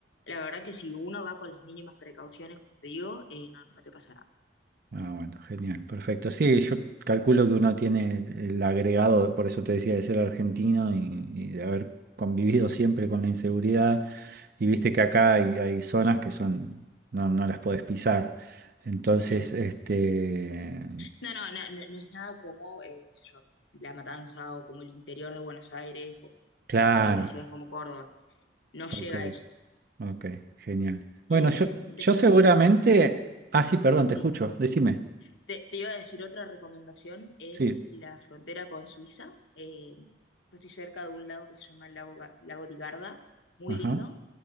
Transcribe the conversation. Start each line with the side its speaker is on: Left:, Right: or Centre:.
Left: la verdad que si uno va con las mínimas precauciones, como te digo, eh, no, no te pasa nada.
Right: Ah, bueno, genial, perfecto. Sí, yo calculo que uno tiene el agregado, por eso te decía, de ser argentino y, y de haber convivido siempre con la inseguridad. Y viste que acá hay, hay zonas que son, no, no las podés pisar. Entonces,
Left: Sí.
Right: este,
Left: No, no, no, no, no es nada como, eh, qué sé yo, La Matanza o como el interior de Buenos Aires o
Right: claro,
Left: como algunas ciudades como Córdoba. No
Right: ok,
Left: llega a eso.
Right: ok, genial. Bueno,
Left: después,
Right: yo, yo seguramente, ah, sí, perdón,
Left: sí.
Right: te escucho, decime.
Left: Te, te iba a decir otra recomendación, es
Right: Sí,
Left: la frontera con Suiza. Eh, yo estoy cerca de un lago que se llama el lago, Ga- lago di Garda, muy
Right: ajá,
Left: lindo,